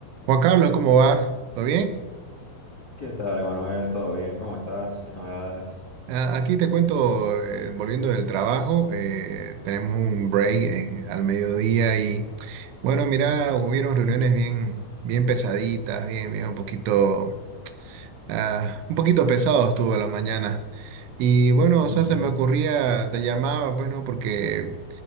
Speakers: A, on the right; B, on the left.
A: Juan Carlos, ¿cómo va? ¿Todo bien?
B: ¿Qué tal, Emanuel? ¿Todo bien? ¿Cómo estás? ¿Qué novedades?
A: Ah, aquí te cuento, eh, volviendo del trabajo, eh, tenemos un break en- al mediodía y bueno, mira, hubieron reuniones bien, bien pesaditas, bien, bien un poquito, ah, un poquito pesado estuvo la mañana. Y bueno,
B: Ujú,
A: o sea, se me ocurría, te llamaba, pues no, porque